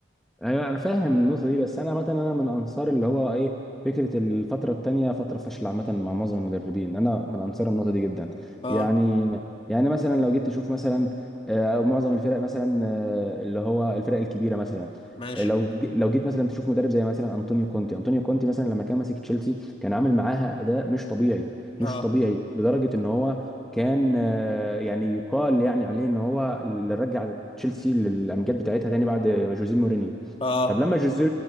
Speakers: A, in the centre; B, on the left.
A: ايوه انا فاهم النقطه دي بس انا مثلا انا من انصار اللي هو ايه فكره الفتره التانيه فتره فشل عامه مع معظم المدربين انا من انصار النقطه دي جدا
B: اه
A: يعني يعني مثلا لو جيت تشوف مثلا آه، معظم الفرق مثلا آه، اللي هو الفرق الكبيره مثلا
B: ماشي
A: آه، لو ج- لو جيت مثلا تشوف مدرب زي مثلا انطونيو كونتي انطونيو كونتي مثلا لما كان ماسك تشيلسي كان عامل معاها اداء مش طبيعي مش
B: اه
A: طبيعي لدرجه ان هو كان آه، يعني يقال يعني عليه ان هو اللي رجع تشيلسي للامجاد بتاعتها تاني بعد جوزيه مورينيو
B: اه
A: طب لما جوزيه